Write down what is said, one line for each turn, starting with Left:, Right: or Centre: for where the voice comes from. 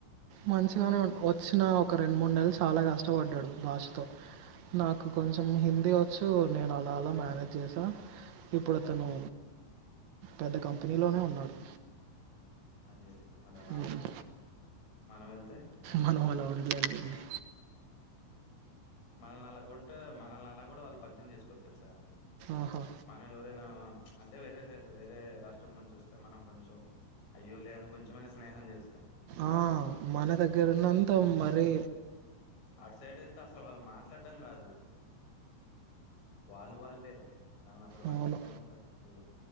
Right: మంచిగానే
Left: ఆ
Right: వచ్చిన ఒక రెండు మూడు నెలలు చాలా కష్టపడ్డాడు భాషతో నాకు కొంచెం హిందీ వచ్చు నేను అలా అలా మేనేజ్ చేసాను ఇప్పుడు అతను పెద్ద కంపెనీలోనే ఉన్నాడు
Left: అది అది మరి అలా
Right: మ్మ్.
Left: ఉంటుంది మనం వెళ్తే
Right: మనం అలా ఉండలేం లేండి
Left: మనల్ని అలా కొ మనల్ని అలా కూడా వాళ్ళు పరిచయం చేసుకోతారు సార్
Right: ఆహా
Left: మనవ ఎవరేనా అంటే వేరే వేరే రాష్ట్రం నుంచి వస్తే మనం కొంచెం అయ్యోలే అని కొంచెమైన స్నేహం చేస్తం
Right: ఆ మన దగ్గర ఉన్నంత మరి
Left: ఆటు సైడ్ వెళ్తే అసలు వాళ్ళు మాట్లాడ్డం కాదు వాళ్ళు వాళ్ళే మనల్ని అసలు పట్టించుకోను
Right: అవును
Left: కూడ పట్టించుకోరు